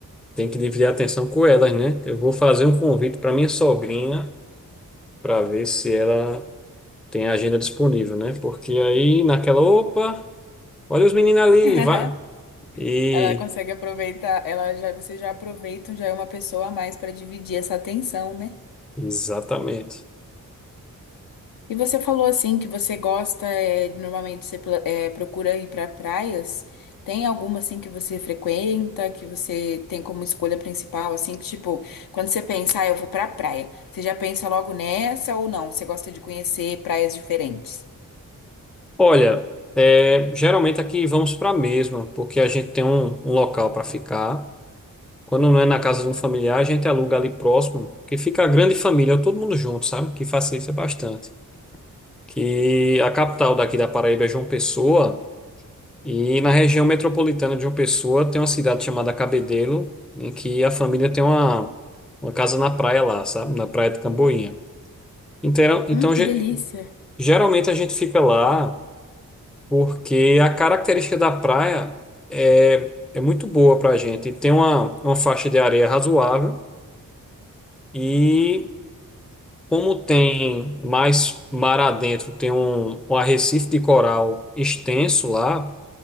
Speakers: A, in the centre; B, on the left.
A: tem que dividir a atenção com elas, né? Eu vou fazer um convite para minha sogrinha para ver se ela tem a agenda disponível, né? Porque aí naquela, opa, olha os meninos ali,
B: <laughs>
A: vai. E
B: Ela consegue aproveitar, ela já, vocês já aproveitam, já é uma pessoa a mais para dividir essa atenção, né?
A: exatamente.
B: E você falou assim que você gosta, é, normalmente você pla- é, procura ir para praias. Tem alguma assim que você frequenta, que você tem como escolha principal, assim, que tipo, quando você pensa, ah, eu vou pra praia, você já pensa logo nessa ou não? Você gosta de conhecer praias diferentes?
A: Olha, é, geralmente aqui vamos para a mesma, porque a gente tem um, um local para ficar. Quando não é na casa de um familiar, a gente aluga ali próximo, que fica a grande família, todo mundo junto, sabe? Que facilita bastante. Que a capital daqui da Paraíba é João Pessoa. E na região metropolitana de João Pessoa tem uma cidade chamada Cabedelo, em que a família tem uma, uma casa na praia lá, sabe? Na praia de Camboinha. Então, então
B: Hum, que
A: ge-
B: delícia.
A: geralmente a gente fica lá porque a característica da praia é, é muito boa para a gente. Tem uma, uma faixa de areia razoável e como tem mais mar adentro, tem um, um arrecife de coral extenso lá,